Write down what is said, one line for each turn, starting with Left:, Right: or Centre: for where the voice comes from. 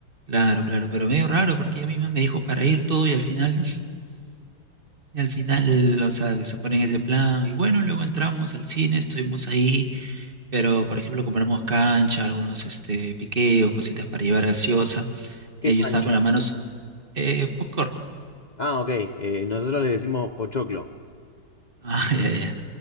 Right: claro, claro, pero medio raro porque ella misma me dijo para ir todo y al final... <laughs> Y al final, o sea, que se ponen ese plan y bueno, luego entramos al cine, estuvimos ahí, pero por ejemplo compramos cancha, algunos este, piqueos, cositas para llevar gaseosa. Eh,
Left: ¿Qué es
Right: yo
Left: cancha?
Right: estaba con las manos, eh, popcorn.
Left: Ah, ok. eh, nosotros le decimos pochoclo.
Right: Ah, <laughs> ya, ya.